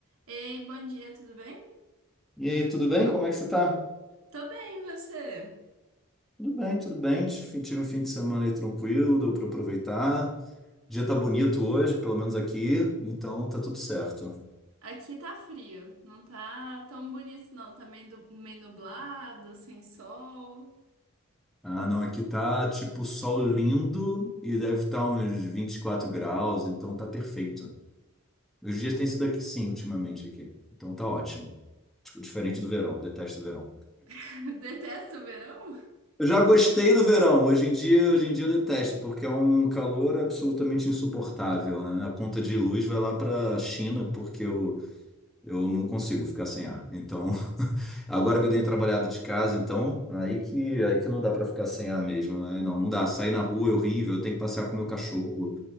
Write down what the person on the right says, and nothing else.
Ei, bom dia, tudo bem?
Tô bem, e você?
Aqui tá frio, não tá tão bonito não, tá meio, du- meio nublado, sem sol.
<laughs> Detesto o verão?